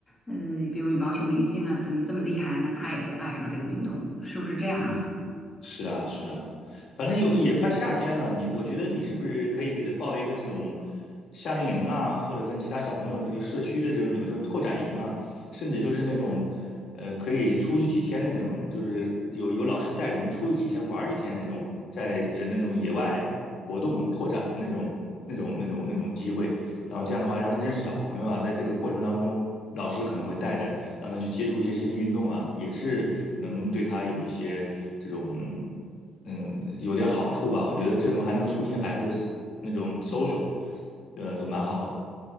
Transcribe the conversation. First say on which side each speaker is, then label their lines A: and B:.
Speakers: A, on the left; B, on the left.
A: 嗯、比如羽毛球明星啊，怎么这么厉害呢？他也会爱上这个运动，是不是这样啊？
B: 嗯。是啊，是啊，反正有也快夏天了，你我觉得你是不是可以给他报一个这种夏令营啊，或者跟其他小朋友有社区的这种有这种拓展营啊，甚至就是那种呃可以出去几天的那种，就是有有老师带着能出去几天玩儿几天那种，在呃那种野外活动拓展的那种那种那种那种机会，然后这样的话让他认识小朋友啊，在这个过程当中，老师可能会带着。让他去接触一些新的运动啊，也是能对他有一些这种嗯有点好处吧。我觉得这种还能促进孩子的那种 social，呃，都蛮好的。